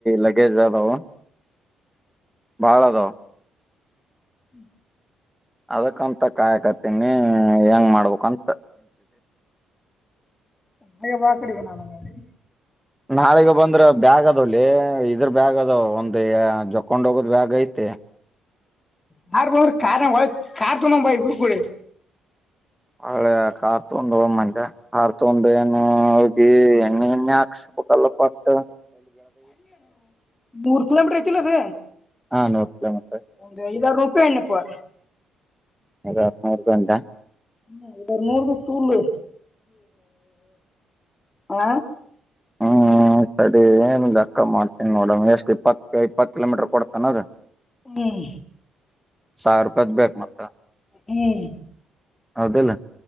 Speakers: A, in the centre; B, on the left.
A: ಲಗೇಜ್ ಅ ಬಾವು ಬಾಳದ
B: ಹ್ಮ್
A: ಅದಕ್ಕಂತ ಕಾಯಕತೀನಿ ಹೆಂಗ್ ಮಾಡ್ಬೇಕಕ್ಂತ
B: ಮಾಾಯ ಬಾಕಡೆ ಬ ನಳಿ
A: ನಾಳಿಗ ಬಂದ್ರ ಬ್ಯಾಗ್ ಅದವಲ್ಲಿ ಇದ್ರ ಬ್ಯಾಗ್ ಅದಾವ ಒಂದ್ ಜೊಕೊಂಡ್ ಹೋಗದ್ ಬ್ಯಾಗ್ ಐತಿ ಹ
B: ಕಾರ್ ಬ ಕ ಕಾರ್ ತು ನ ಭ ಬಡೆ
A: ಹಳೆ ಕಾರ್ ತೊಡ ಒಂ ಕಾರ್ ತಂದು ಏನು ಎಣ್ಣೆ ಎಣ್ಣೆ ಆಕ್ಷಸಪ ಕಲ್ಲ ಪಟ್ಟ
B: ಮೂರ್ ಕಿಲೋಮೀಟರ್ ಐತಿಲ್ಲ ಅದ
A: ಹಾ ನೂರ್ ಕಿಲೋಮೀಟರ್
B: ಒಂದು ಐದಾಯ ರೂಪಾಯ್ಣಪ್ಪ
A: ಈಗಗು ಅಂತ
B: ಹ್ಮ್ ಎ ಮೂರ್ದು ಸುಳ್ಳು ಹ
A: ಹಾ ಸಡಿ ಏನ್ ಕ್ಕ ಮಾಡ್ತೀನಿ ನೋಡ ಎಷ್ಟ್ ಇಪ್ಪತ್ತ ಇಪ್ಪತ್ ಕಿಲೋಮೀಟರ್ ಕೊಡ್ತಾನದ
B: ಹ್ಮ್
A: ಸಾವಿರಪತ್ ಬೇಕ ಮತ್ತ
B: ಹ್ಮ್
A: ಬದಲ